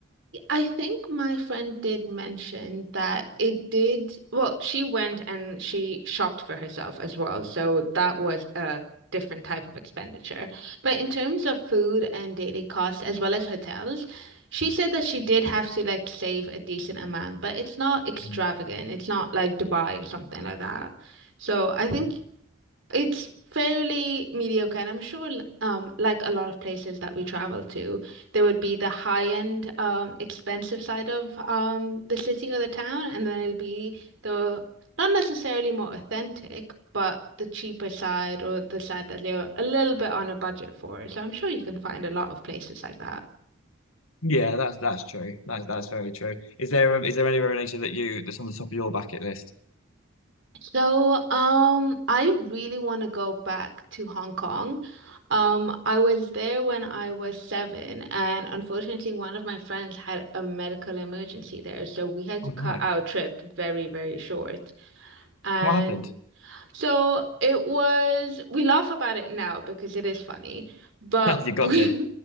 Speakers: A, on the right; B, on the left.
A: I think my friend did mention that it did. Well, she went and she shopped for herself as well. So that was a different type of expenditure. But in terms of food and daily costs, as well as hotels, she said that she did have to like save a decent amount, but it's not extravagant.
B: Mm.
A: It's not like Dubai or something like that. So I think it's fairly mediocre, and I'm sure, l- um, like a lot of places that we travel to, there would be the high-end, um, expensive side of um the city or the town, and then it'll be the not necessarily more authentic, but the cheaper side or the side that they're a little bit on a budget for. So I'm sure you can find a lot of places like that.
B: Yeah, that's that's true. That's that's very true. Is there um, is there anywhere in Asia that you that's on the top of your bucket list?
A: So, um, I really want to go back to Hong Kong. Um, I was there when I was seven, and unfortunately, one of my friends had a medical emergency there, so we had to
B: Oh
A: cut
B: no,
A: our trip very, very short. And
B: what happened?
A: so it was, we laugh about it now because it is funny, but
B: <laughs> You
A: <laughs> we,
B: got to.